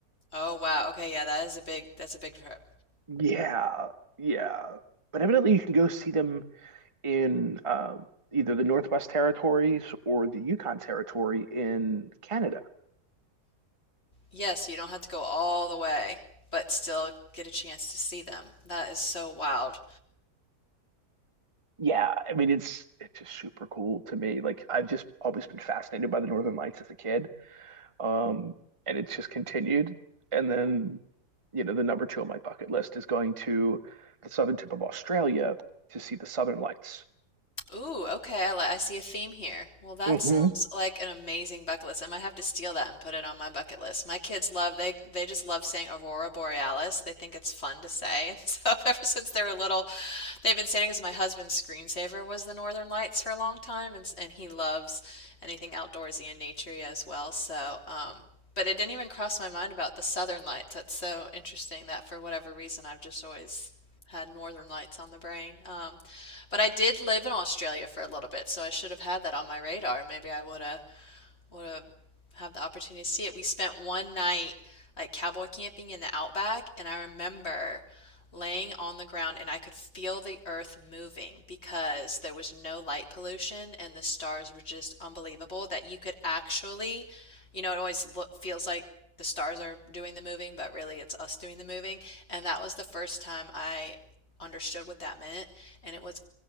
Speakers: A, on the left (about 40°); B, on the right (about 20°).
A: Oh, wow, okay, yeah, that is a big that's a big trip.
B: Yeah, yeah. But evidently, you can go see them in um, either the Northwest Territories or the Yukon Territory in Canada.
A: Yes, you don't have to go all the way, but still get a chance to see them. That is so wild.
B: Yeah, I mean it's it's just super cool to me. Like I've just always been fascinated by the Northern Lights as a kid. Um, and it's just continued. And then, you know, the number two on my bucket list is going to the southern tip of Australia to see the Southern Lights.
A: Ooh, okay. I, li- I see a theme here. Well, that
B: hmm
A: sounds like an amazing bucket list. I might have to steal that and put it on my bucket list. My kids love they they just love saying Aurora Borealis. They think it's fun to say. And <laughs> so ever since they were little, they've been saying it. because my husband's screensaver was the Northern Lights for a long time, and s- and he loves anything outdoorsy and naturey as well. So, um, but it didn't even cross my mind about the Southern Lights. That's so interesting that for whatever reason I've just always had Northern Lights on the brain. Um, but I did live in Australia for a little bit, so I should have had that on my radar. Maybe I would have would have the opportunity to see it. We spent one night like cowboy camping in the outback, and I remember laying on the ground and I could feel the earth moving because there was no light pollution and the stars were just unbelievable that you could actually, you know, it always look, feels like the stars are doing the moving, but really it's us doing the moving. And that was the first time I understood what that meant, and it was